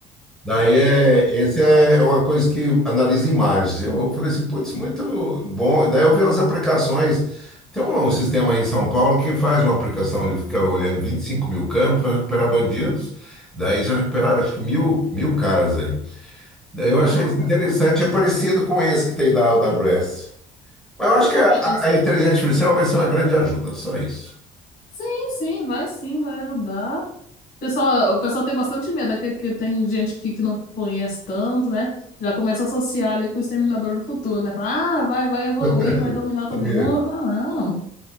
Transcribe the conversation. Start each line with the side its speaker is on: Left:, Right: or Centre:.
Centre: Daí é, essa é é uma coisa que analisa imagens. Eu falei assim, putz, muito bom. Daí eu vi umas aplicações. Tem um um sistema aí em São Paulo que faz uma aplicação, ele fica olhando 25 mil campos para recuperar bandidos. Daí já recuperaram acho que mil, mil caras aí. Daí eu achei
Left: Caraca,
Centre: isso interessante, é parecido com esse que tem da AWS. Mas eu acho
Left: caraca,
Centre: que a, a
Left: esse-
Centre: a inteligência artificial vai ser uma grande ajuda, só isso.
Left: Sim, sim, vai sim, vai ajudar. O pessoal, o pessoal tem bastante medo, é que, que tem gente que, que não conhece tanto, né? Já começa a associar ali com o Exterminador do Futuro, né? Fala, ah, vai, vai evoluir,
Centre: <laughs>
Left: vai dominar todo mundo. ah não,